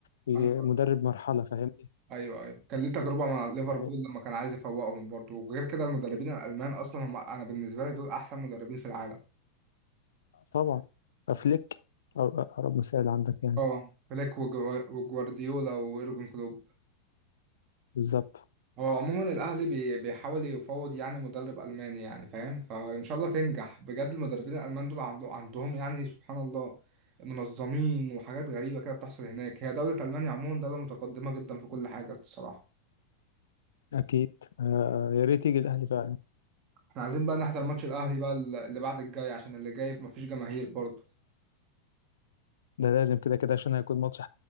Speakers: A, on the left (about 65°); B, on the right (about 35°).
A: في
B: انا
A: مدرب مرحلة فاهمني
B: ايوه ايوه كان ليه تجربه مع ليفربول
A: يعني
B: لما كان عايز يفوقهم برضه وغير كده المدربين الالمان اصلا هم انا بالنسبه لي دول احسن مدربين في العالم
A: طبعا أفليك أقرب مثال عندك يعني
B: اه فليك وجوا- وجوارديولا ويورجن كلوب
A: بالظبط
B: هو عموما الاهلي بي- بيحاول يفاوض يعني مدرب الماني يعني فاهم فان شاء الله تنجح بجد المدربين الالمان دول عند- عندهم يعني سبحان الله منظمين وحاجات غريبه كده بتحصل هناك هي دوله المانيا عموما دوله متقدمه جدا في كل حاجه الصراحه
A: اكيد آه يا ريت يجي الاهلي فعلا
B: احنا عايزين بقى نحضر ماتش الاهلي بقى اللي بعد الجاي عشان اللي جاي مفيش جماهير برضه
A: ده لازم كده كده عشان هيكون ماتش